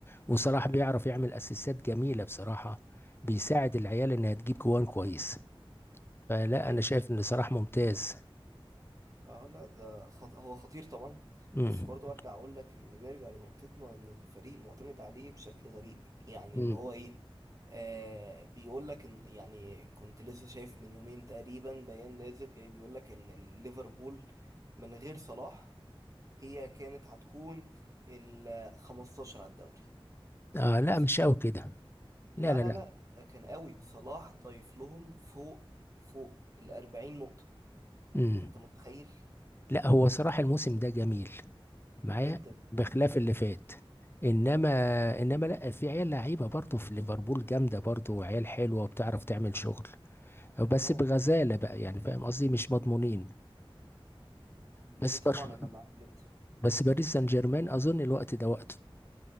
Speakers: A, on the left; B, on the right.
A: وصلاح بيعرف يعمل اسيستات جميله بصراحه بيساعد
B: مم.
A: العيال انها تجيب جوان كويس فلا
B: ايوه
A: انا شايف ان صلاح ممتاز
B: اه لا ده خط... هو خطير طبعا
A: امم
B: بس برضو ارجع اقول لك ان نرجع لنقطتنا ان الفريق معتمد عليه بشكل غريب يعني
A: امم
B: اللي هو ايه آه بيقول لك ان يعني كنت لسه شايف من يومين تقريبا بيان نازل جاي بيقول لك ان ليفربول من غير صلاح هي كانت هتكون ال 15 على الدوري
A: اه لا
B: بس
A: مش قوي كده
B: لا
A: لا لا
B: لا
A: لا
B: لا ده كان قوي صلاح ضايف لهم فوق فوق ال 40 نقطة
A: امم
B: انت متخيل
A: لا هو صراحه الموسم ده جميل معايا
B: جدا
A: بخلاف اللي فات انما انما لا في عيال لعيبه برضه في ليفربول جامده برضه وعيال حلوه وبتعرف تعمل شغل بس
B: طبعا
A: بغزاله بقى يعني فاهم قصدي مش مضمونين بس
B: دي طبعا
A: بر...
B: انا معاك جدا
A: بس باريس سان جيرمان اظن الوقت ده وقته